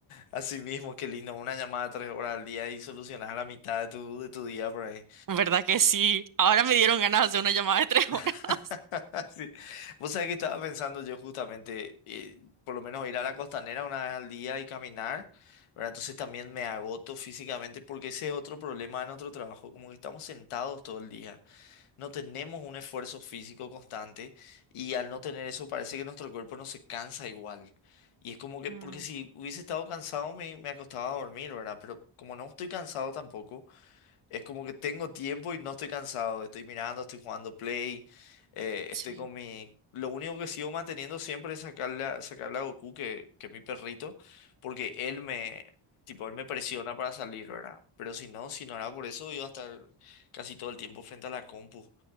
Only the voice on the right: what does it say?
¿Verdad que sí? Ahora me dieron ganas de hacer una llamada de tres <laughs> horas.
Mm.
Sí,